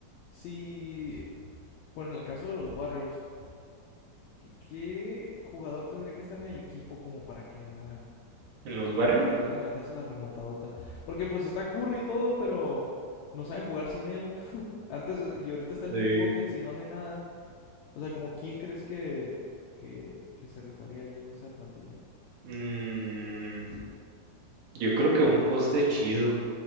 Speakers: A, on the left (about 75°); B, on the right (about 65°).
A: si, bueno, en el caso de los Warriors, ¿Qué, qué jugador tendría que estar en el equipo como para que ganaran?
B: En los
A: Como
B: Warriors,
A: para que pudieran aventarse la remontadota. Porque pues está Curry y todo, pero no saben jugar sin él. Antes eh, y ahorita está el
B: sí.
A: Jimmy Buckets y no hace nada. O sea, como quién crees que, que, que se rifaría ahí en esa plantilla.
B: Mm, yo creo que un poste chido